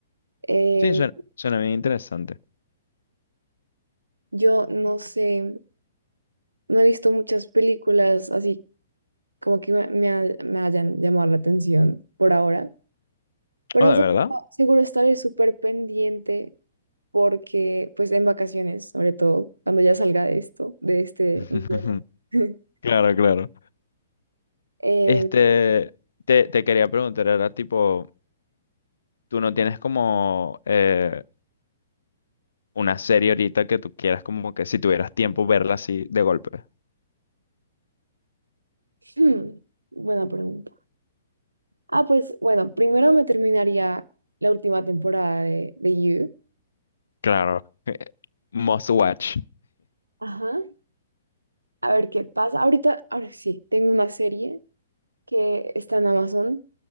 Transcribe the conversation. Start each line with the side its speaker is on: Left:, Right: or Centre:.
Right: Em,
Left: Sí, suena, suena bien interesante.
Right: yo no sé, no he visto muchas películas así como que me, me ha- me hayan llamado la atención por ahora. Pero
Left: Oh, ¿de
Right: se-
Left: verdad?
Right: seguro estaré súper pendiente porque, pues, en vacaciones, sobre todo, cuando ya salga de esto, de este
Left: <laughs>
Right: infierno. <laughs>
Left: Claro, claro.
Right: Eh,
Left: Este, te, te quería preguntar, era tipo, tú no tienes como eh, una serie ahorita que tú quieras como que si tuvieras tiempo verla así de golpe.
Right: hmm, buena pregunta. Ah, pues, bueno, primero me terminaría la última temporada de, de You.
Left: Claro. Eh, Must watch.
Right: Ajá. A ver qué pasa. Ahorita, ahora sí, tengo una serie que está en Amazon,